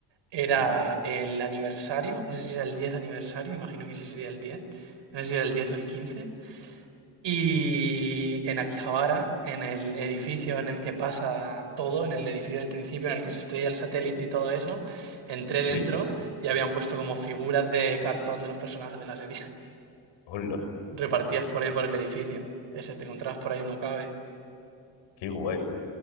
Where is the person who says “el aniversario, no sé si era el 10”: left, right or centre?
Right